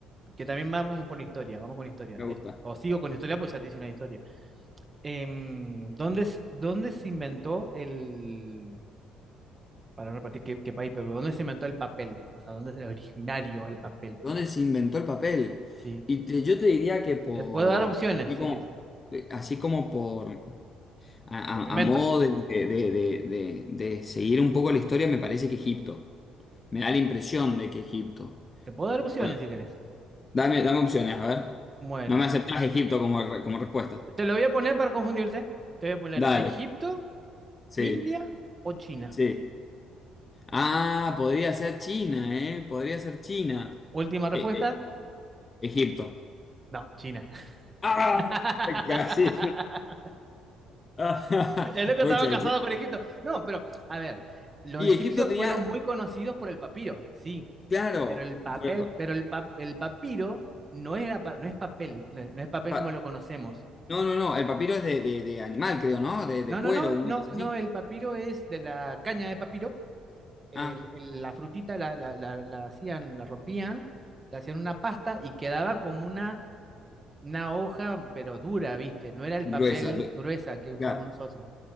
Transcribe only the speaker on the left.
Me gusta.
¿Dónde se inventó el papel?
Y te- yo te diría que por,
así
como,
así como por, a,
a- a modo de, de- de- de- de- de seguir un poco la historia, me parece que Egipto. Me da la impresión de que Egipto.
Bueno,
dame, dame opciones, a ver.
No me aceptás Egipto como, re- como respuesta.
Dale,
sí,
sí. Ah, podría ser China, ¿eh? Podría ser China.
Eh, eh, Egipto.
¡Ah!
Casi. <laughs>
Pucha,
Y
Egipto tenía,
claro,
por el pa-
pa-
no, no, no, el papiro es de, de- de animal, creo, ¿no? De, de
cuero,
una
cosa así.
Ah,
gruesa,
du-
claro,